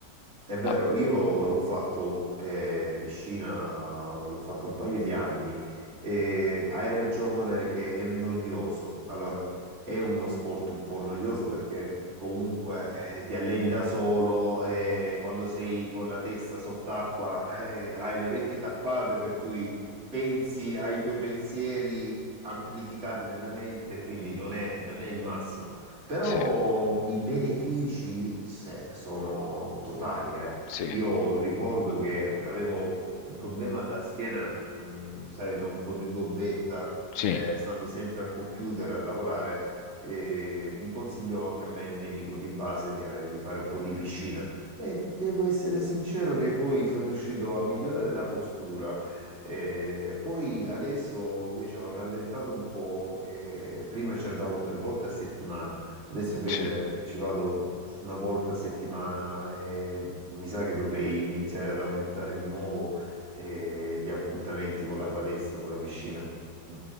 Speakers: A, on the right; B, on the left.
A: è vero,
B: ah,
A: io l'ho fatto eh, piscina, l'ho fatto un paio di anni e hai ragione che è noioso. Allora, è uno sport un po' noioso perché comunque eh, ti alleni da solo e quando sei con la testa sott'acqua <laughs> eh, hai le orecchie tappate per cui pensi ai tuoi pensieri amplificati nella mente, quindi non è non è il massimo. Però
B: sì,
A: i benefici se- sono totali, eh.
B: sì,
A: Io ricordo che avevo un problema alla schiena, mm, sai, no? un po' di gobbetta,
B: sì,
A: eh, stando sempre al computer a lavorare, e mi consigliò anche a me il medico di base di, eh, di fare un po' di piscina. E devo essere sincero che poi sono riuscito a migliorare la postura. Eh, poi adesso invece ho rallentato un po', eh, prima ci andavo tre volte a settimana. Adesso invece
B: sì.
A: ci vado una volta a settimana e mi sa che dovrei iniziare ad aumentare di nuovo eh, gli appuntamenti con la palestra, con la piscina. Mm.